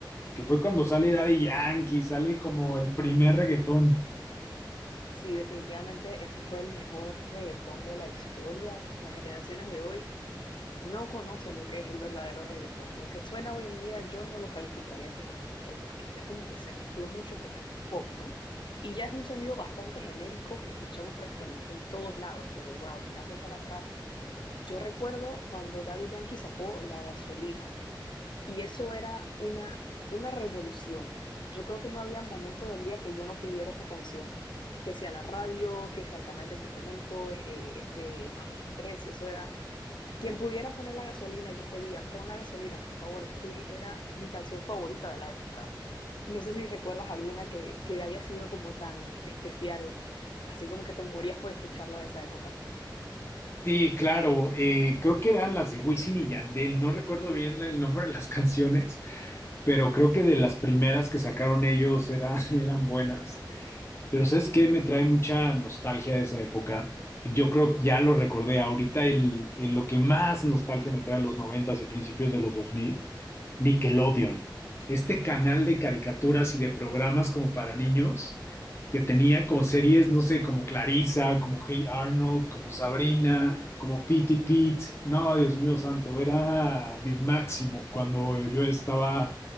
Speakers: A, on the left; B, on the left.
A: que fue cuando sale Daddy Yankee, sale como el primer reggaetón.
B: Sí, definitivamente ese fue el mejor reggaetón de la historia. Las generaciones de hoy no conocen lo que es el verdadero reggaetón. Lo que suena hoy en día yo no lo calificaría como reggaetón porque ya como que se mezcló mucho con el pop, ¿no? Y ya es un sonido bastante genérico que escuchamos prácticamente en todos lados, pero wow, mirando para atrás, yo recuerdo cuando Daddy Yankee sacó La Gasolina, Y eso era una, fue una revolución. Yo creo que no había momento del día que yo no pidiera esa canción. Que sea la radio, que sea el canal que te comento, eh, este más veintitrés eso era. Quien pudiera poner la gasolina, yo pedía, pon la gasolina, por favor. Esa sí era mi canción favorita de la época. No sé si recuerdas alguna que, que haya sido como tan especial, así como que te morías por escucharla de esa época.
A: Sí, claro, eh, creo que eran las de Wisin y Yandel, no recuerdo bien la- el nombre de las <laughs> canciones, pero creo que de las primeras que sacaron ellos eran, <laughs> eran buenas. Pero ¿sabes qué? Me trae mucha nostalgia de esa época. Yo creo que ya lo recordé. Ahorita el, el- lo que más nostalgia me trae de los noventas y principios de los dos mil Nickelodeon. Este canal de caricaturas y de programas como para niños que tenía como series, no sé, como Clarissa, como Hey Arnold, como Sabrina, como Pitty Pete. No, Dios mío santo, era mi máximo cuando yo estaba,